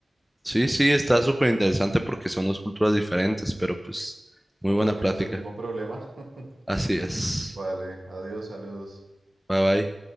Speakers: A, in the centre; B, on the right.
A: Sí, sí, está súper interesante porque son dos culturas diferentes, pero pues
B: Compartimos
A: muy buena plática.
B: el mismo problema. <laughs>
A: Así es.
B: Vale, adiós, saludos.
A: Bye bye.